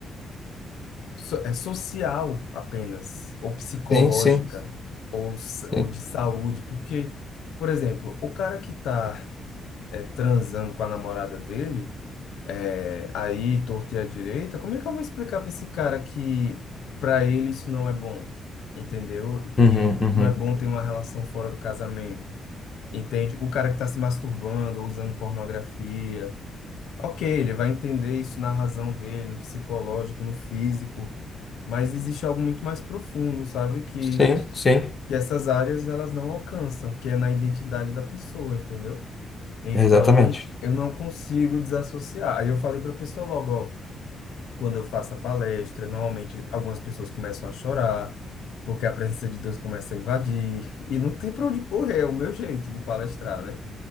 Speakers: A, on the left; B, on the left.
A: so, é social apenas, ou psicológica,
B: Sim, sim.
A: Sim. ou, s- ou
B: Sim,
A: de saúde, porque, por exemplo, o cara que está transando com a namorada dele, é, aí torto e à direita, como é que eu vou explicar para esse cara que para ele isso não é bom? Entendeu? Que
B: uhum, uhum.
A: não é bom ter uma relação fora do casamento. Entende? O cara que está se masturbando, usando pornografia. Ok, ele vai entender isso na razão dele, no psicológico, no físico, mas existe algo muito mais profundo, sabe? Que,
B: Sim, sim.
A: que essas áreas elas não alcançam, que é na identidade da pessoa, entendeu? Então,
B: Exatamente.
A: eu não consigo desassociar. Aí eu falei para a pessoa logo, ó, quando eu faço a palestra, normalmente algumas pessoas começam a chorar, porque a presença de Deus começa a invadir, e não tem para onde correr, é o meu jeito de palestrar, né?